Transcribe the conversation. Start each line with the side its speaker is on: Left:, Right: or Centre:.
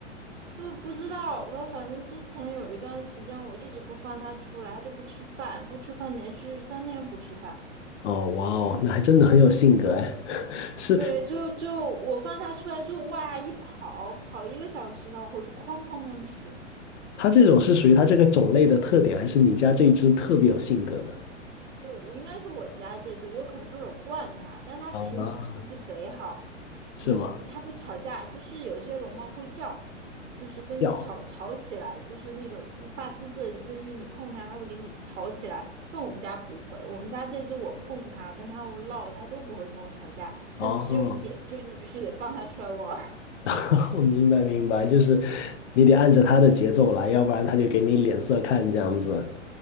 Right: 就不知道他，反正之前有一段时间我一直不放他出来，他就不吃饭，不吃饭，连续三天不吃饭。
Left: 哦，哇哦，那还真的很有性格哎。<laughs> 是
Right: 对，就就我放他出来之后，哇，一跑跑一个小时，然后回去哐哐哐吃。
Left: 它这种是属于它这个种类的特点，还是你家这一只特别有性格呢？
Right: 对，我应该是我家这只，我可能有点儿惯它，但它平时脾气贼好。
Left: 啊，是吗？
Right: 你它不吵架，就是有些龙猫会叫，就是跟你吵吵起来，
Left: 叫。
Right: 就是那种自发自自的声音。你碰它，它会给你吵起来。但我们家不会，我们家这只我碰它，跟它闹，它都不会跟我吵架。
Left: 哦，
Right: 但只有一点，就是你必须得放它出来玩儿。
Left: <laughs> 我明白明白，就是你得按着他的节奏来，要不然他就给你脸色看这样子。